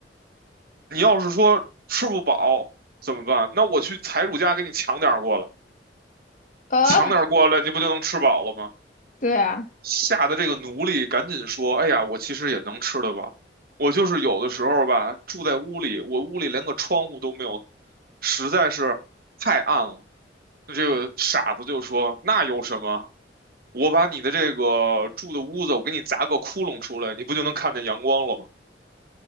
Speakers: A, on the right; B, on the left.
A: 你要是说吃不饱怎么办？那我去财主家给你抢点儿过来。
B: 呃，
A: 抢点儿过来，你不就能吃饱了吗？
B: 对啊，
A: 吓得这个奴隶赶紧说：“哎呀，我其实也能吃的吧，我就是有的时候吧，住在屋里，我屋里连个窗户都没有，实在是太暗了。”那这个傻子就说：“那有什么？我把你的这个住的屋子，我给你砸个窟窿出来，你不就能看见阳光了吗？”